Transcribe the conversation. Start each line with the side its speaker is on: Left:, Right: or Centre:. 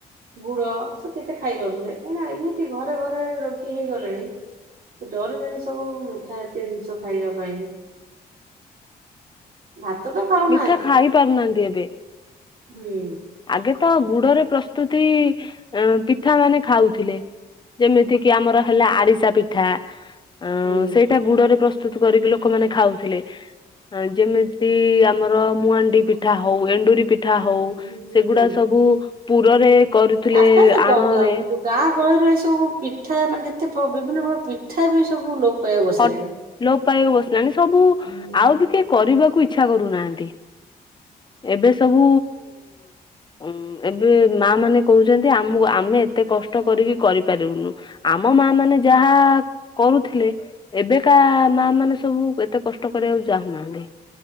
Right: ଗୁଡ ସେ କେତେ ଖାଇପାରୁଥିଲେ, ଆପଣ ଏମିତି ଘରେ ଘରେ ରୋଗୀ ହେଇଗଲେଣି। ସେ ଡରିବନି ସବୁ ମିଠା ଜାତୀୟ ଜିନିଷ ଖାଇବା ପାଇଁ। ଭାତ ତ ଖାଉନାହାନ୍ତି
Left: ମିଠା ଖାଇ ପାରୁନାହାନ୍ତି ଏବେ।
Right: ହୁଁ।
Left: ଆଗେ ତ ଗୁଡରେ ପ୍ରସ୍ତୁତି ପିଠା ମାନେ ଖାଉଥିଲେ। ଯେମିତି କିି ଆମର ହେଲା ଆଡିଶା ପିଠା ଅ
Right: ହୁଁ
Left: ସେଇଟା ଗୁଡରେ ପ୍ରସ୍ତ ସ୍ତୁତ କରିକି ଲୋକମାନେ ଖାଉଥିଲେ। ହଁ ଯେମିତି ଆମର ମଣ୍ଡି ପିଠା ହଉ ଏଣ୍ଡୁରି ପି ଠା ହଉ
Right: ହୁଁ
Left: ସେଗୁଡା
Right: ହୁଁ।
Left: ସବୁ ପୁରରେ କରୁଥିଲେ
Right: ଆସ୍ତେ ଆସ୍ତେ ଗ
Left: ଆଣରେ
Right: ଯ- ଯୋଉ ଗାଁ ଗହଳିରୁ ଏ ସବୁ ପିଠା ମାନେ ଯେତେ ବିଭିନ୍ନ ପ୍ରକାର ପିଠା ବି ସବୁ ଲୋପ ପାଇବା ବସିଲାଣି।
Left: ହଟ ଲୋପ ପାଇବା ବସିଲାଣି। ସବୁ
Right: ହଁ
Left: ଆଉ ବି କେହି କରିବାକୁ ଇଚ୍ଛା କରୁନାହାନ୍ତି। ଏବେ ସବୁ ଉଁ ଏବେ ମା ମାନେ କହୁଚନ୍ତି ଆମକୁ ଆମେ ଏତେ କଷ୍ଟ କରିକି କରିପାରିବୁନୁ। ଆମ ମା ମାନେ ଯାହା କରୁଥିଲେ ଏବେକା ମା ମାନେ ସବୁ ଏତେ କଷ୍ଟ କରିବାକୁ ଚାହୁଁନାହାନ୍ତି।